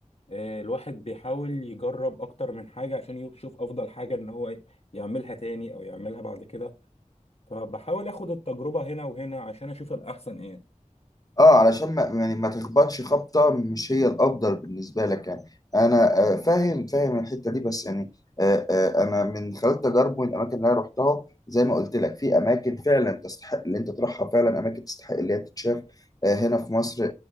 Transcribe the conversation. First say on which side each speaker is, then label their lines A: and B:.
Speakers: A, on the left (about 50°); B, on the left (about 30°).
A: آه، الواحد بيحاول يجرب اكتر من حاجة عشان يشوف افضل حاجة ان هو يعملها تاني او يعملها بعد كده فبحاول اخد التجربة هنا وهنا عشان اشوف الاحسن ايه
B: اه علشان ما يعني ما تخبطش خبطة مش هي الأفضل بالنسبة لك يعني أنا آه، فاهم فاهم الحتة دي بس يعني آه، آه، أنا من خلال تجارب من الأماكن اللي أنا رحتها زي ما قلت لك في أماكن فعلا تستحق اللي أنت تروحها فعلا أماكن تستحق اللي هي تتشاف آه، هنا في مصر آه،